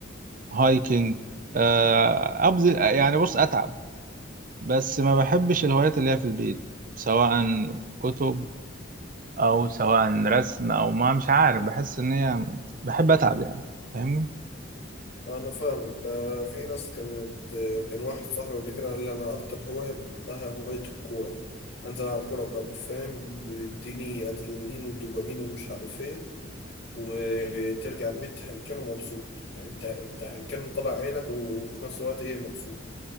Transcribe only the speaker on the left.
انا فاهمك آه، في ناس كانت آه، كان واحد صاحبي قبل كده قال لي انا اكتر هواية بحبها هواية الكورة انزل العب كورة ببقى فاهم بيديني ادرينالين ودوبامين ومش عارف ايه وترجع البيت هلكان ومبسوط يعني انت انت هلكان طالع عينك وفي نفس الوقت ايه مبسوط